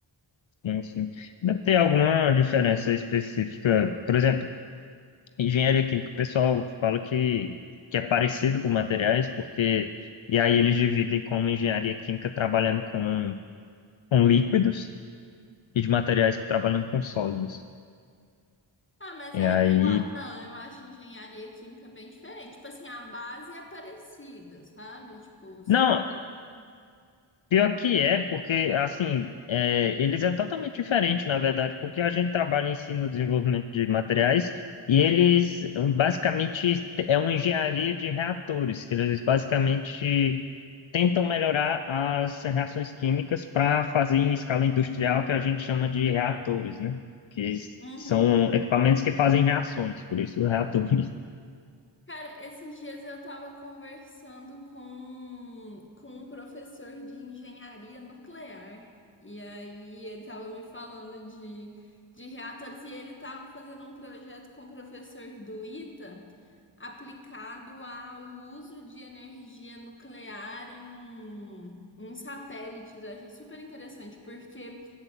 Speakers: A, on the left; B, on the left.
A: Enfim, deve ter alguma diferença específica. Por exemplo, engenharia química, o pessoal fala que, que é parecido com materiais, porque. E aí eles dividem como engenharia química trabalhando com, com líquidos e de materiais que trabalham com sólidos.
B: Ah, mas
A: E
B: é,
A: aí.
B: eu, a- não, eu acho engenharia química bem diferente. Tipo assim, a base é parecida, sabe? Tipo, você.
A: Não, Pior que é, porque, assim, é, eles é totalmente diferente, na verdade, porque a gente trabalha em si no desenvolvimento de materiais e eles, basicamente, é uma engenharia de reatores, que eles, basicamente, tentam melhorar as reações químicas para fazer em escala industrial, que a gente chama de reatores, né? Que s-
B: Uhum.
A: são equipamentos que fazem reações, por isso reatores.
B: Cara, esses dias eu tava conversando com, com um professor de engenharia nuclear. E aí ele tava me falando de, de reatores e ele tava fazendo um projeto com o professor do ITA aplicado ao uso de energia nuclear em, em satélites. Eu achei super interessante porque